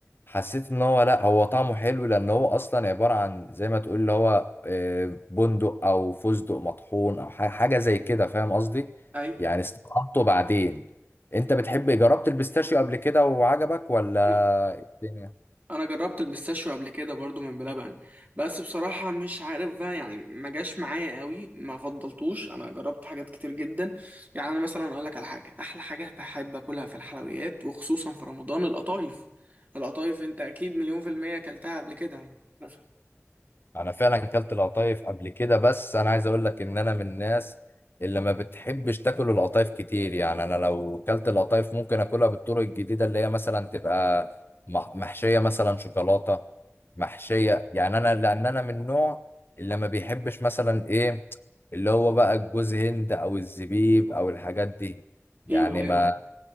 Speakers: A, on the left; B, on the right.
A: حسيت ان هو لا هو طعمه حلو لان هو اصلا عباره عن زي ما تقول اللي هو آه، بندق او فستق مطحون او ح- حاجه زي كده فاهم قصدي
B: ايوه
A: يعني استطعمته بعدين انت بتحب جربت البيستاشيو قبل كده وعجبك ولا
B: انا
A: إيه الدنيا
B: انا جربت البيستاشيو قبل كده برضو من بلبن بس بصراحة مش عارف بقى يعني ما جاش معايا قوي ما فضلتوش انا جربت حاجات كتير جدا يعني انا مثلا اقول لك على حاجة احلى حاجة بحب اكلها في الحلويات وخصوصا في رمضان القطايف القطايف انت اكيد مليون في المية اكلتها قبل كده مثلا
A: انا فعلا كلت القطايف قبل كده بس انا عايز اقول لك ان انا من الناس اللي ما بتحبش تاكل القطايف كتير يعني انا لو كلت القطايف ممكن اكلها بالطرق الجديده اللي هي مثلا تبقى مح- محشيه مثلا شوكولاته محشيه يعني انا لان انا من النوع اللي ما بيحبش مثلا ايه اللي هو بقى الجوز هند او الزبيب او الحاجات دي يعني
B: ايوه ايوه
A: ما